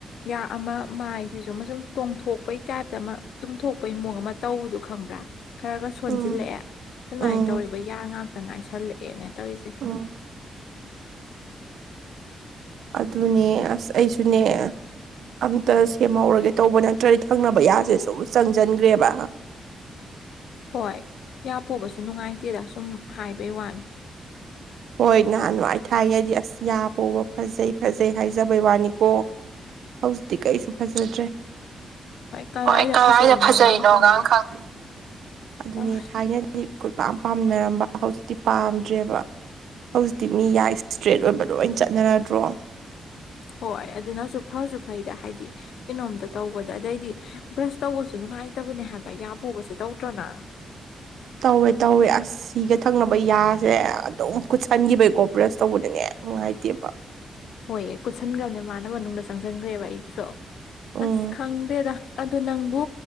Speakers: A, on the left (about 90°); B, on the right (about 80°).
A: ꯌꯥ ꯑꯃ ꯃꯥꯏꯁꯤꯁꯨ ꯑꯃ ꯁꯨꯝ ꯇꯣꯡꯊꯣꯛꯄꯩ ꯇꯥꯏꯞꯇ ꯑꯃ ꯇꯨꯝꯊꯣꯛꯄꯩ ꯃꯑꯣꯡ ꯑꯃ ꯇꯧꯕꯗꯨ ꯈꯪꯕ꯭ꯔꯥ ꯈꯔꯒ ꯁꯣꯟꯖꯤꯜꯂꯛꯑꯦ
B: ꯎꯝ
A: ꯑꯗꯨꯃꯥꯏꯅ
B: ꯎꯝ
A: ꯇꯧꯔꯦꯕ ꯌꯥ ꯉꯥꯛꯇ ꯉꯥꯏꯁꯜꯂꯛꯑꯦꯅꯦ ꯇꯧꯏꯁꯤ
B: <unintelligible> ꯑꯗꯨꯅꯦ ꯑꯁ ꯑꯩꯁꯨꯅꯦ ꯑꯝꯇ ꯁꯦꯝꯍꯧꯔꯒꯦ ꯇꯧꯕ ꯅꯠꯇ꯭ꯔꯗꯤ ꯊꯪꯅꯕ ꯌꯥꯁꯦ ꯁꯨꯝ ꯆꯪꯖꯟꯒ꯭ꯔꯦꯕ
A: ꯍꯣꯏ ꯌꯥ ꯄꯣꯕꯁꯤ ꯅꯨꯡꯉꯥꯏꯇꯦꯗ ꯁꯨꯝ ꯍꯥꯏꯕꯩ ꯋꯥꯅꯤ
B: ꯍꯣꯏ ꯅꯍꯥꯟꯋꯥꯥꯏ ꯊꯥꯏꯅꯗꯤ ꯑꯁ ꯌꯥ ꯄꯣꯕ ꯐꯖꯩ ꯐꯖꯩ ꯍꯥꯏꯖꯕꯩ ꯋꯥꯅꯤꯀꯣ ꯍꯧꯖꯤꯛꯇꯤ ꯀꯩꯁꯨ ꯐꯖꯗ꯭ꯔꯦ
A: ꯀꯗꯥꯏꯗ
B: ꯍꯣꯏ ꯀꯋꯥꯏꯗ
A: ꯐꯖꯩꯅꯣꯒ
B: ꯐꯖꯩꯅꯣꯒꯥꯡ
A: ꯈꯪꯗꯦ
B: ꯈꯪ ꯑꯗꯨꯅꯦ
A: ꯇꯧꯔꯤ
B: ꯊꯥꯏꯅꯗꯤ ꯀꯣꯏꯄꯥꯝ ꯄꯥꯝꯅꯔꯝꯕ ꯍꯧꯖꯤꯛꯇꯤ ꯄꯥꯝꯗ꯭ꯔꯦꯕ ꯍꯧꯖꯤꯛꯇꯤ ꯃꯤ ꯌꯥ ꯏꯁꯇ꯭ꯔꯦꯠ ꯑꯣꯏꯕ ꯂꯣꯏ ꯆꯠꯅꯔꯗ꯭ꯔꯣ
A: ꯍꯣꯏ ꯑꯗꯨꯅꯁꯨ ꯐꯁꯨ ꯐꯩꯗ ꯍꯥꯏꯗꯤ ꯀꯩꯅꯣꯝꯇ ꯇꯧꯕꯗ ꯑꯗꯩꯗꯤ ꯕ꯭ꯔꯁ ꯇꯧꯕꯁꯨ ꯅꯨꯡꯉꯥꯏꯇꯕꯅꯦ ꯍꯥꯏꯕ ꯌꯥ ꯄꯣꯕꯁꯤ ꯇꯧꯇ꯭ꯔꯣ ꯅꯪ
B: ꯇꯧꯋꯦ ꯇꯧꯋꯦ ꯑꯁ ꯁꯤꯒ ꯊꯪꯅꯕ ꯌꯥꯁꯦ ꯑꯗꯨꯝ ꯀꯨꯠꯁꯟꯈꯤꯕꯩꯀꯣ ꯕ꯭ꯔꯁ ꯇꯧꯕꯗꯅꯦ ꯅꯨꯡꯉꯥꯏꯇꯦꯕ
A: ꯍꯣꯏꯌꯦ ꯀꯨꯠꯁꯟꯒ꯭ꯔꯝꯅꯦ ꯃꯥꯅ ꯃꯅꯨꯡꯗ ꯆꯪꯖꯟꯒ꯭ꯔꯦꯕ ꯑꯩꯒꯤꯁꯨ
B: ꯎꯝ
A: ꯑꯁ ꯈꯪꯗꯦꯗ ꯑꯗꯨ ꯅꯪꯕꯨ